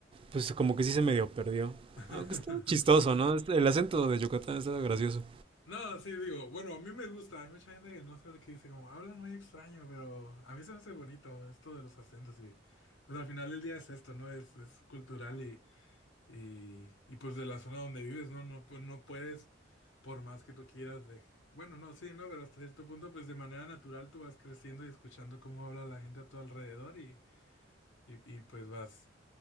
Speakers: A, on the right; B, on the left.
A: pues como que sí se medio perdió.
B: <laughs>
A: Aunque está chistoso, ¿no? Este- El acento de Yucatán está gracioso.
B: No, sí, digo, bueno, a mí me gusta, hay mucha gente que no sabe qué dice, como hablan muy extraño, pero a mí se me hace bonito esto de los acentos y pues al final del día es esto, ¿no? Es, es cultural y, y, y pues de la zona donde vives, ¿no? No, pu- no puedes, por más que tú quieras, de... Bueno, no, sí, ¿no? Pero hasta cierto punto, pues de manera natural tú vas creciendo y escuchando cómo habla la gente a tu alrededor y, y, y pues vas